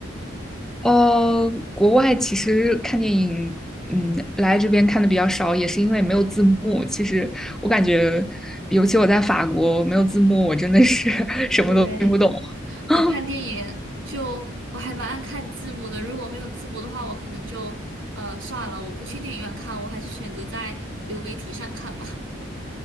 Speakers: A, in the centre; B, on the right.
A: 呃，国外其实看电影，嗯，来这边看的比较少，也是因为没有字幕。其实我感觉，尤其我在法国没有字幕，我真的是 <laughs> 什么都听不懂。
B: 对，
A: <laughs>
B: 我看电影就我还蛮爱看字幕的，如果没有字幕的话，我可能就呃算了，我不去电影院看，我还是选择在流媒体上看吧。